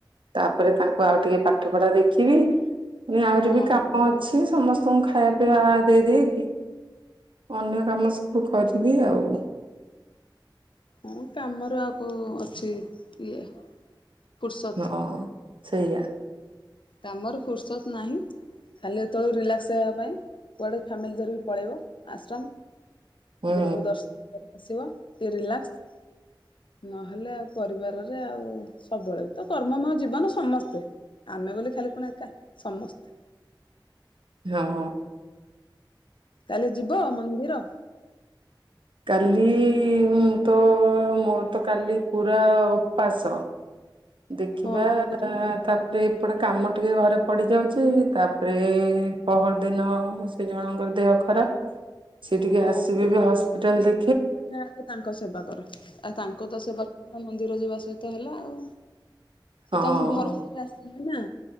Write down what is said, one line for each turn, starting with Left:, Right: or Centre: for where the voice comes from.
Right: ତାପରେ ତାଙ୍କୁ ଆଉ ଟିକେ। ପାଠ ପଢା ଦେଖିବି ଏଁ ଆହୁରି
Left: ହଁ
Right: ବି କାମ ଅଛି ସମସ୍ତଙ୍କୁ ଖାଇବା। ପିଇବା ଦେଇ ଦେଇକି। ଅନ୍ୟ କାମ ସବୁ କରିବି ଆଉ।
Left: ହୁଁ କାମରୁ ଆଉ କୋଉ ଅଛି ଇଏ। ଫୁର୍ସତ
Right: ହଁ ସେଇଆ।
Left: କାମର ଫୁର୍ସତ ନାହିଁ। ଖାଲି ଏତେ ବେଳକୁ ରିଲାକ୍ସ ହେବା ପାଇଁ କୁଆଡ଼େ ଫ୍ୟାମିଲି ଧରିକି ପଳେଇବ ଆଶ୍ରମ।
Right: ହୁଁ
Left: ଗୁରୁଙ୍କୁ ଦର୍ଶନ କରି ଆସିବ ଟିକେ ରିଲାକ୍ସ। ନ ହେଲେ ଆଉ ପରିବାର ରେ ଆଉ ସବୁବେଳେ ତ କର୍ମ ମୟ ଜୀବନ ସମସ୍ତେ। ଆମେ ବୋଲି ଖାଲି କଣ ଏକା ସମସ୍ତେ।
Right: ହଁ।
Left: କାଲି ଯିବ ମନ୍ଦିର।
Right: କାଲି ମୁଁ ତ ମୋର ତ କାଲି ପୁରା ଉପାସ। ଦେଖିବା
Left: ହଁ ଠିକ
Right: ତାପରେ ଏପଟେ କାମ ଟିକେ ଘରେ ପଡ଼ି ଯାଉଛି ତା ପରେ। ପହର ଦିନ ସେ ଜଣଙ୍କର ଦେହ ଖରାପ ସିଏ ଟିକେ
Left: ଓ
Right: ଆସିବେ ବି ହସ୍ପିଟାଲ ଦେ
Left: ନାଇଁ ନାଇଁ ଆଗେ ତାଙ୍କ ସେବା କର ଆଉ ତାଙ୍କ ତ ସେବା। ମନ୍ଦିର ଯିବା ସହିତ ହେଲା ଆଉ
Right: ହଁ
Left: ସେ ତମେ ଭରସାରେ ଆସିଲେ ନା।